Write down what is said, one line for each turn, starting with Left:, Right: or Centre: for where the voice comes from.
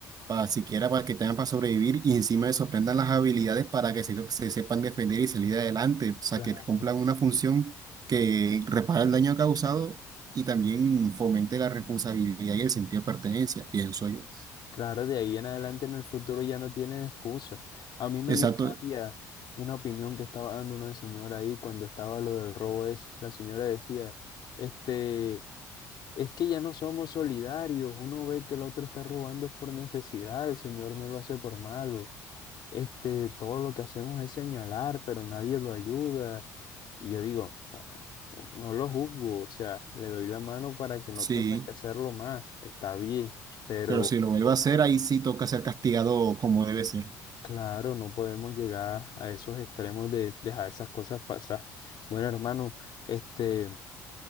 Right: para siquiera para que tengan para sobrevivir y encima de eso aprendan las habilidades para que se, se sepan defender y salir adelante, o sea,
Left: claro.
Right: que cumplan una función que repara el daño causado y también fomente la responsabilidad y el sentido de pertenencia, pienso yo.
Left: Claro, de ahí en adelante en el futuro ya no tienen excusa A mí me
Right: Exacto,
Left: dio rabia una opinión que estaba dando una señora ahí cuando estaba lo del robo ese. La señora decía, este, es que ya no somos solidarios. Uno ve que el otro está robando es por necesidad, el señor no lo hace por malo. Este, todo lo que hacemos es señalar, pero nadie lo ayuda. Y yo digo, no, no lo juzgo, o sea, le doy la mano para que no
Right: sí,
Left: tenga que hacerlo más. Está bien, pero
Right: pero si lo vuelvo a hacer, ahí sí toca ser castigado como debe ser.
Left: Claro, no podemos llegar a esos extremos de dejar esas cosas pasar. Bueno, hermano, este,